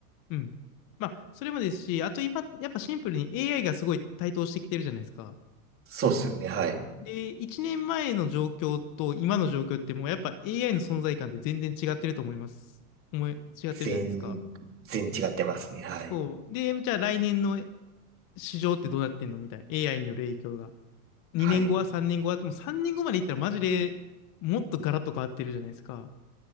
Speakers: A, on the left; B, on the right.
A: うん。まあ、それもですし、あと今、やっぱシンプルに AI がすごい台頭してきてるじゃないですか。
B: そうっすよね。はい。
A: で、1年前の状況と今の状況ってもうやっぱ AI の存在感って全然違ってると思います。思い、違ってるじゃないですか。
B: 全全然違ってますね。はい。
A: そう。で、じゃあ来年の市場ってどうなってんのみたいな。AI による影響が。2年後は3年後は、
B: はい。
A: もう3年後までいったらマジでもっとガラッと変わってるじゃないですか。